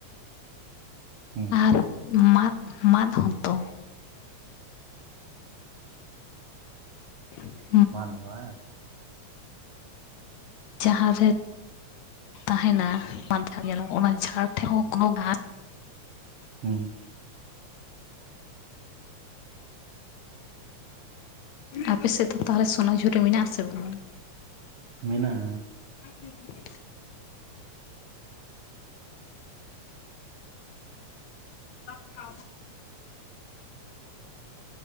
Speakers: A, on the right; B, on the left.
A: ᱦᱩᱸ
B: ᱟᱨ ᱢᱟᱫ ᱢᱟᱫ ᱦᱚᱸᱛᱚ, <inaudible>
A: ᱢᱟᱫ ᱦᱚ ᱵᱟᱝ?
B: ᱡᱟᱦᱟᱸ ᱨᱮ ᱛᱟᱦᱮᱱᱟ ᱢᱟᱛᱷ ᱡᱷᱟᱲ ᱧᱮᱞᱟ ᱚᱱᱟ ᱡᱷᱟᱲ ᱴᱷᱮᱱ ᱦᱚᱸ ᱠᱳᱱᱳ ᱜᱷᱟᱥ
A: ᱦᱩᱸ
B: ᱟᱯᱮ ᱥᱮᱜ ᱫᱚ ᱛᱟᱦᱚᱞᱮ ᱥᱚᱱᱟ‌ᱡᱷᱩᱨᱤ ᱢᱮᱱᱟᱜ-ᱟ ᱥᱮ ᱵᱟᱝ?
A: ᱢᱮᱱᱟᱜ-ᱟ᱾
B: <inaudible> ᱠᱟᱱ ᱜᱮᱭᱟ ᱟᱵᱚ᱾